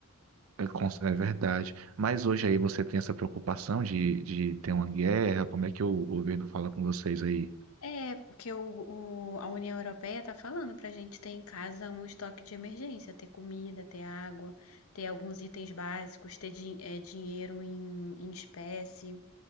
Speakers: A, on the right; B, on the left.
A: É, cons- é verdade. Mas hoje aí você tem essa preocupação de, de ter uma guerra? Como é que o governo fala com vocês aí?
B: É, porque o, o- a União Europeia tá falando para a gente ter em casa um estoque de emergência, ter comida, ter água, ter alguns itens básicos, ter din- é, dinheiro em, em espécie,